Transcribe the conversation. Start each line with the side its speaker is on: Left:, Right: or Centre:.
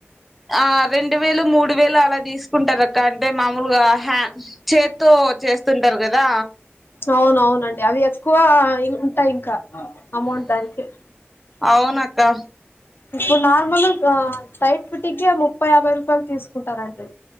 Centre: ఆ రెండు వేలు, మూడు వేలు అలా తీసుకుంటార. కంటే మామూలుగా హాంస్ చేత్తో చేస్తుంటరు కదా.
Left: అవును అవునవునండి. అవి ఎక్కువ ఇం ఉంటాయ్ ఇంకా అమౌంటు దాన్కి
Centre: అవునక్కా
Left: ఇప్పుడు నార్మల్ గా టైట్ ఫిట్టింకే ముప్పై యాభై రూపాయలు తీసుకుంటారండి,